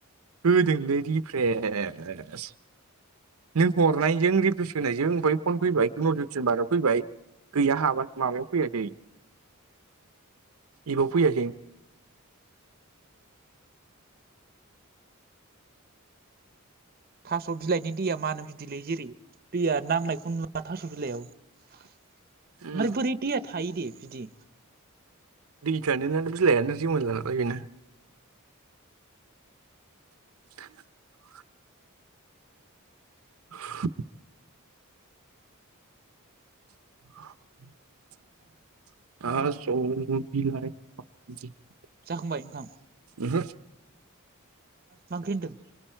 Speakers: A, on the right; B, on the right.
A: होदोंलै रिफ्रेस नों हरनायजों रिप्लेस होनायजों ओमफाय फन फैबाय नटिपिकेसन बाराव फैबाय गैया हाबा माबायाव फैयाखै इब फैयासै।
B: थास' बिलाइनि दैया मानो बिदिलै जेरै दैया नांनायखौ नुवा थास' बिलाइयाव? ओमफ्राय
A: उम
B: बोरै दैया थायो दे बिदि।
A: दै थानो ना बिलाइयानो रिमला लांखायो बेना। <inaudible> <inaudible> <inaudible> थास' बिलाइ <unintelligible>
B: जाखांबाय ओंखाम?
A: ओहो?
B: मा ओंख्रि होनदों?